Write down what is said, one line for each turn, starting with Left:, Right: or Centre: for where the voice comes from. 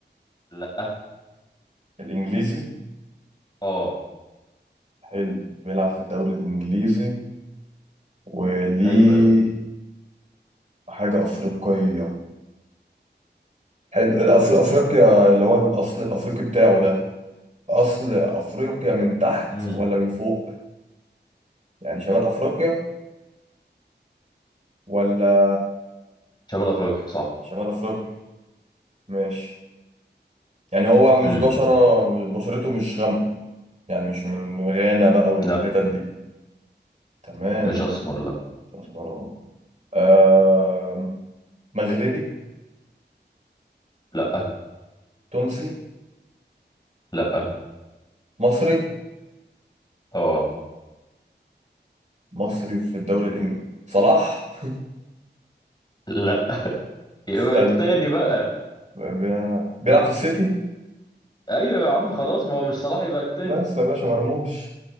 Left: لا
Right: الانجليزي
Left: اه
Right: حلو بيلعب في الدوري الانجليزي وليه
Left: حلو قوي
Right: حاجه افريقيه حلو الأف- افريقيا اللي هو الاصل الافريقي بتاعه ده اصل افريقيا من تحت
Left: امم
Right: ولا من فوق يعني شمال افريقيا ولا
Left: شمال افريقيا صح
Right: شمال افريقيا ماشي يعني هو مش
Left: امم
Right: بشره مش- بشرته مش غامقه يعني مش من غانا بقى والحتت
Left: لا
Right: دي تمام
Left: مش اسمر لا
Right: مش أسمراني آه مغربي
Left: لا
Right: تونسي
Left: لا
Right: مصري
Left: اه
Right: مصري في الدوري الإنجليزي صلاح
Left: لا يبقى
Right: <laughs> استنى
Left: التاني بقى
Right: بي- بيلعب في السيتي
Left: ايوه يا عم خلاص ما هو مش صلاح يبقى التاني
Right: بس يا باشا مرموش